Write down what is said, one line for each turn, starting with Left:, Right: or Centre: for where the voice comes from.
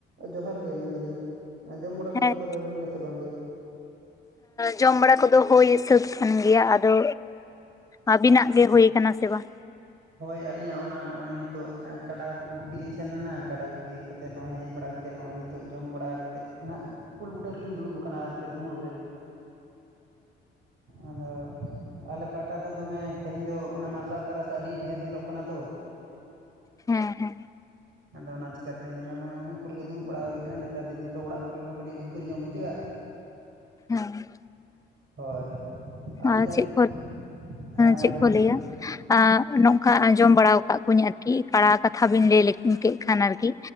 Right: ᱡᱚᱦᱟᱨ ᱜᱮ ᱢᱮᱱᱫᱟᱞᱤᱧ ᱡᱚᱢ ᱵᱟᱲᱟ
Left: ᱦᱮᱸ
Right: ᱠᱚᱫᱚ ᱛᱟᱦᱚᱞᱮ ᱦᱩᱭᱱᱟ ᱥᱮ ᱵᱟᱝᱜᱮ?
Left: ᱡᱚᱢ ᱵᱟᱲᱟ ᱠᱚᱫᱚ ᱦᱩᱭᱳᱭ ᱥᱟᱹᱛ ᱠᱟᱱ ᱜᱮᱭᱟ ᱟᱫᱚ ᱟᱵᱤᱱᱟᱜ ᱜᱮ ᱦᱩᱭ ᱟᱠᱟᱱᱟ ᱥᱮ ᱵᱟᱝ‍?
Right: ᱦᱳᱭ ᱟᱹᱞᱤᱧᱟᱜ ᱚᱱᱟ ᱱᱚᱜᱼᱚᱭ ᱱᱤᱛᱚᱜ ᱠᱟᱰᱟ ᱜᱩᱯᱤ ᱞᱤᱧ ᱥᱮᱱ ᱞᱮᱱᱟ ᱜᱟᱰᱟ ᱜᱩᱯᱤ ᱛᱮ ᱱᱚᱜᱼᱚᱭᱭ ᱦᱮᱡ ᱵᱟᱲᱟ ᱠᱟᱛᱮᱫ ᱱᱚᱜᱼᱚᱭ ᱱᱤᱛᱳᱜ ᱡᱚᱢ ᱵᱟᱲᱟ ᱠᱟᱛᱮᱫ ᱱᱟᱜ ᱩᱞ ᱵᱩᱴᱟᱹ ᱨᱮᱞᱤᱧᱩᱲᱩᱵ ᱟᱠᱟᱱᱟ ᱟᱨ ᱪᱮᱫ ᱩᱢᱩᱞ ᱨᱮ᱾ ᱟᱫᱚ ᱟᱞᱮ ᱯᱟᱦᱴᱟ ᱫᱚ ᱫᱚᱢᱮ ᱛᱮᱦᱮᱧ ᱫᱚ ᱚᱱᱟ ᱢᱟᱨᱥᱟᱞ ᱛᱟᱨᱟᱥ ᱟᱹᱰᱤ ᱰᱷᱮᱨ ᱧᱮᱞᱚᱜ ᱠᱟᱱᱟ ᱛᱚ᱾
Left: ᱦᱮᱸ ᱦᱮᱸ᱾
Right: ᱟᱫᱚ ᱚᱱᱟ ᱪᱤᱠᱟ ᱛᱮᱧ ᱛᱟᱦᱮᱱᱟ ᱱᱚᱣᱟ ᱩᱢᱩᱞ ᱠᱚᱨᱮ ᱜᱮ ᱫᱩᱲᱩᱵ ᱵᱟᱲᱟ ᱦᱩᱭ ᱠᱟᱱᱟ, ᱱᱮᱛᱟᱨ ᱫᱤᱱ ᱢᱟᱛᱚ ᱚᱲᱟᱜ ᱠᱚᱨᱮᱱ ᱦᱚᱸ ᱠᱟᱹᱴᱤᱡ ᱩᱫᱽᱜᱟᱹᱨ ᱧᱚᱜ ᱵᱩᱡᱷᱟᱹᱜ-ᱟ
Left: ᱦᱮᱸ
Right: ᱦᱳᱭ᱾ ᱟᱫᱚ
Left: ᱟᱨ
Right: ᱡᱟᱭᱦᱳᱠ
Left: ᱪᱮᱜ
Right: ᱦᱮᱸ ᱢᱟ
Left: ᱪᱮᱜ
Right: ᱞᱟᱹᱭ
Left: ᱠᱚ
Right: ᱵᱮᱱ
Left: ᱞᱟᱹᱭᱟ ᱟᱜ ᱱᱚᱝᱠᱟ ᱟᱸᱡᱚᱢ ᱵᱟᱲᱟᱣ ᱠᱟᱜ ᱠᱚᱣᱟᱧ ᱟᱨᱠᱤ ᱯᱟᱲᱟ ᱠᱟᱛᱷᱟ ᱵᱤᱱ ᱞᱟᱹᱭ ᱞᱮᱜ ᱠᱮᱜ ᱠᱷᱟᱱ ᱟᱨᱠᱤ᱾